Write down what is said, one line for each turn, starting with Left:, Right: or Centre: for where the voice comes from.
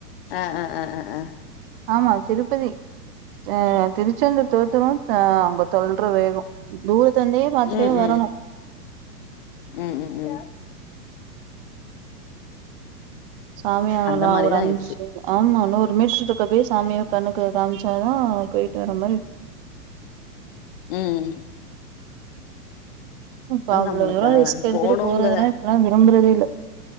Left: ஆஹ் ஆஹ் ஆஹ் ஆஹ் ஆஹ்
Right: ஆமா திருப்பதி அஹ் திருச்செந்தூர் தோத்துனு அஹ ஐம்பத்த தொல்ற வேகம் தூர தந்தே பாரத்துட்டே
Left: ம்
Right: வரணும்.
Left: ம் ம் ம் ம்
Right: சாமியா ஆனலா
Left: அந்த மாரிதா
Right: ஒரு அஞ்சு
Left: ஆயிடுச்சு
Right: ஆமா ன்னோ முட்டு இருக்கப்பவே சாமியும் கணக்கு காம் சான் போய தடர்மல்
Left: உம்
Right: ப்ப அவ்ளவுோவ
Left: நம்மளுக்கு
Right: ரிஸ்க் எடுத்துட்டு
Left: போணுங்கற
Right: போறதுனா இப்பாம் தறத இல